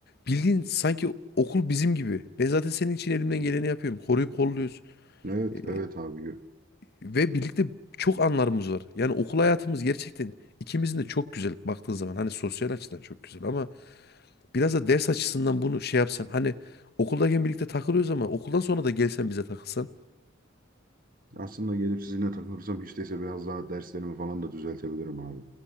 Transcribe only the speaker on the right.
Evet,
evet abi.
Aslında gelip sizinle takılırsam hiç değilse biraz daha derslerimi falan da düzeltebilirim abi.